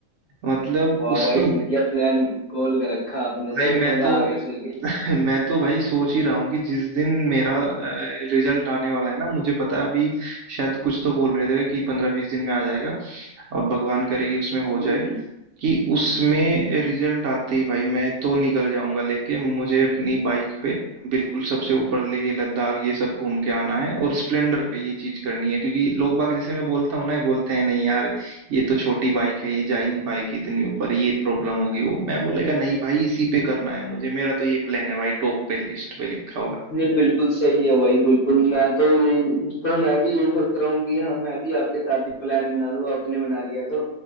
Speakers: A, on the right (about 65°); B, on the left (about 45°).
A: मतलब
B: वाह
A: उसका
B: भाई बढ़िया प्लान गोल कर रखा आपने तो
A: भाई मैं
B: मजा
A: तो
B: आ गया सुन के
A: <laughs> मैं तो भाई सोच ही रहा हूँ कि जिस दिन मेरा रिजल्ट आने वाला है ना मुझे पता है अभी शायद कुछ तो बोल रहे थे कि पंद्रह बीस दिन में आ जाएगा और भगवान करे कि उसमें हो
B: हम्म
A: जाए
B: हम्म।
A: कि उसमें रिजल्ट आते ही भाई मैं तो निकल जाऊंगा लेके मुझे अपनी बाइक पे बिल्कुल सबसे ऊपर लेह लद्दाख ये सब घूम के आना है और स्प्लेंडर पे ये चीज करनी है क्योंकि लोग बाग जैसे मैं बोलता हूँ ना ये बोलते हैं नहीं यार ये तो छोटी बाइक है ये जा ही नहीं पाएगी इतनी ऊपर ये प्रॉब्लम होगी वो मैं बोलेगा नहीं भाई इसी पे करना है मुझे मेरा तो ये प्लान है भाई टॉप पे लिस्ट पे लिखा हुआ है
B: नहीं बिल्कुल सही है भाई बिल्कुल मैं तो यही तो मैं भी यही सोच रहा हूँ कि हाँ मैं भी आपके साथ ही प्लान बना लूँ आपने बना लिया तो